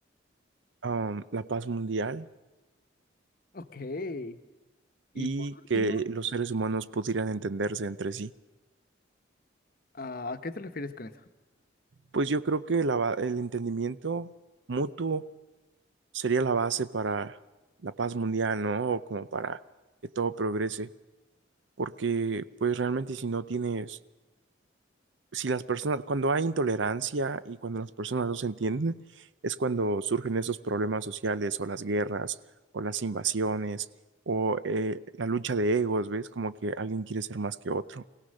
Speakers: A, on the right; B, on the left.
A: am, la paz mundial
B: ok.
A: y
B: Y por último,
A: que los seres humanos pudieran entenderse entre sí.
B: ¿a qué te refieres con eso?
A: Pues yo creo que la ba- el entendimiento mutuo sería la base para la paz mundial, ¿no? O como para que todo progrese. porque pues realmente si no tienes, si las personas, cuando hay intolerancia y cuando las personas no se entienden, es cuando surgen esos problemas sociales o las guerras o las invasiones o eh, la lucha de egos, ¿ves? Como que alguien quiere ser más que otro.